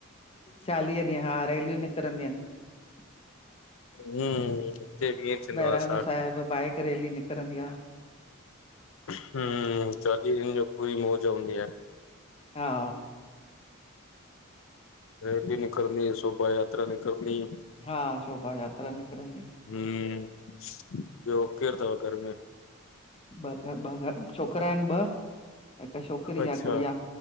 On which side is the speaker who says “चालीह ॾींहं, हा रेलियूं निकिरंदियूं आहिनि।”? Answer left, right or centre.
Left